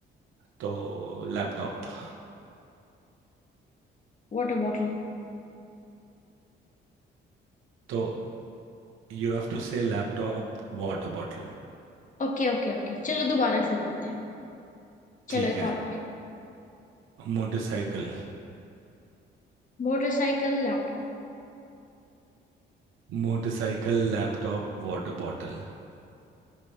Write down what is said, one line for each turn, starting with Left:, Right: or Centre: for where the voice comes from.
Right: तो लैपटॉप
Left: Water bottle
Right: तो you have to say laptop water bottle
Left: Okay okay okay चलो दोबारा शुरू करते हैं चलो
Right: ठीक
Left: एक
Right: है
Left: और बार
Right: motorcycle
Left: Motorcycle laptop
Right: Motorcycle laptop Water bottle